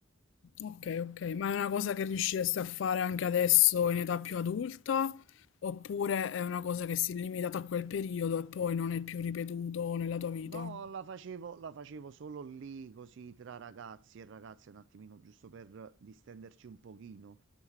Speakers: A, on the left (about 65°); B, on the right (about 60°).
A: okay, okay, ma è una cosa che riusciresti a fare anche adesso in età più adulta? Oppure è una cosa che si è limitata a quel periodo e poi non è più ripetuto nella tua vita?
B: No, la facevo, la facevo solo lì, così tra ragazzi e ragazze, un attimino, giusto per distenderci un pochino.